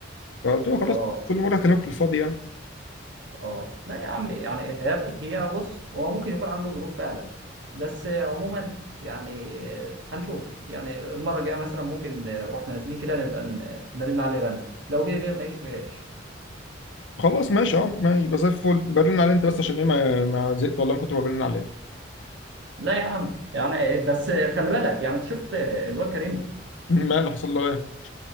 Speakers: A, on the left; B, on the right.
A: فقلت له خلاص
B: اه
A: كل مره هكلمك في الفاضي يعني
B: اه لا يا عم يعني هي هي بص هو ممكن يكون عنده ظروف فعلا بس آه، عموما يعني آه، هنشوف يعني المره الجايه مثلا ممكن آه، واحنا نازلين كده نبقى ن- نرن عليه رن لو جه جه ما جاش ما جاش
A: خلاص ماشي اه ما يبقى زي الفل برن عليه انت بس عشان ايه ما ما زهقت والله من كتر ما برن عليه
B: لا يا عم يعني آه، بس آه، خلي بالك يعني انت شفت آه، الواد كريم
A: ما اللي حصل له ايه؟